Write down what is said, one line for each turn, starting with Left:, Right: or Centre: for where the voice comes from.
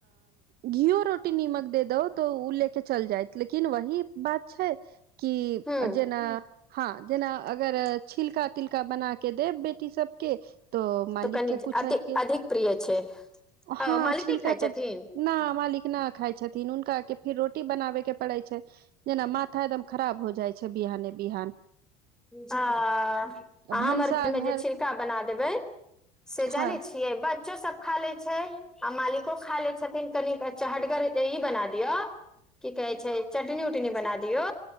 Right: घीओ रोटी नीमक द दौ त ओ ले के चल जायत लेकिन वही बात छै कि
Centre: ह
Right: जेना हां जेना अगर छिलका तिलका बना के देब बेटी सबके त मालिक
Centre: तऽ कनि
Right: के कुछ
Centre: अति
Right: हलके,
Centre: अधिक प्रिय छै आ
Right: हां
Centre: मालिक
Right: छिलका
Centre: नहि खाइ
Right: त
Centre: छथिन
Right: न मालिक न खाय छथि। हुनका के फेर रोटी बनाबे के पड़े छै, जेना माथा एकदम खराब हो जाइ छै, बिहान- बिान
Centre: अहाँ
Right: भनसा
Centre: हमर घरमे
Right: घर
Centre: जे छिलका बना देबै, से
Right: हँ
Centre: जानै छियै बच्चो सब खा ले छै, आ मालिको खा ले छथिन, कनिन चहटगर ई बना दियऔ, की कहै छै, चटनी उटनी बना दियौ।